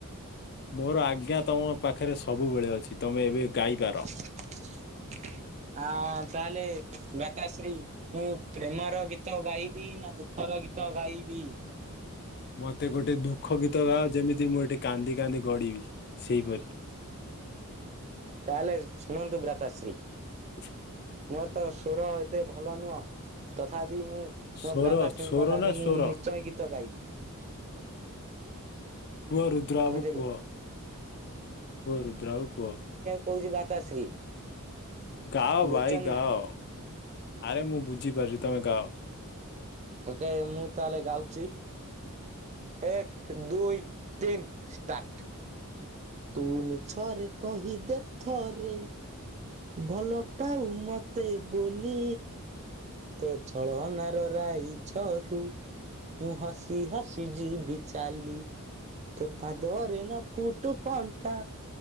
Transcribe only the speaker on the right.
ଆ ତାହଲେ ଭ୍ରାତାଶ୍ରୀ ମୁଁ ପ୍ରେମର ଗୀତ ଗାଇବି ନା ଦୁଃଖର ଗୀତ ଗାଇବି?
ତାହେଲେ ଶୁଣନ୍ତୁ ଭ୍ରାତାଶ୍ରୀ।
ମୋର ତ ସ୍ବର ଏତେ ଭଲ ନୁହଁ। ତଥାପି ମୁଁ
ମୋ ଭ୍ରାତାଶ୍ରୀ
ଙ୍କ ଲାଗି
ମୁଁ
ନିଶ୍ଚୟ ଗୀତ ଗାଇବି।
ବୁଝିଲେ।
କହୁଚି ଭ୍ରାତାଶ୍ରୀ।
ବୁଝୁଛନ୍ତି
ନା
ଓକେ ମୁଁ ତାହେଲେ ଗାଉଚି। ଏକ, ଦୁଇ, ତିନ୍ ଷ୍ଟାର୍ଟ। ତୁ ମିଛରେ କହିଦେ ଥରେ ଭଲ ପାଉ ମତେ ବୋଲି। ତୋ ଛଳନାର ରାଇଜରୁ ମୁଁ ହସି ହସି ଯିବି ଚାଲି। ତୋ ପାଦରେ ନ ଫୁଟୁ କଣ୍ଟା।